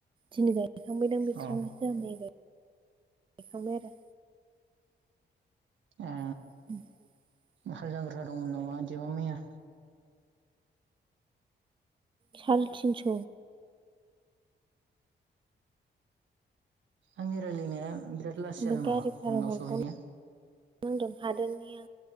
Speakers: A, on the right; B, on the right.
A: दिनै गायखांबाय दां बिस्राबो
B: अ
A: जोहा मैया गाय गायखांबाय आरो
B: ए
A: <inaudible>
B: हाल जांख्रा दंमोन नामा इदिबा मैया?
A: सालथिनस'।
B: आंनि रायलायनाया बिराद लासै
A: ओमफ्राय
B: जादों नामा
A: गारि भारा
B: नोंनाव
A: हरबावनांगौ
B: सहैनाया?
A: नांदों हादोरनिया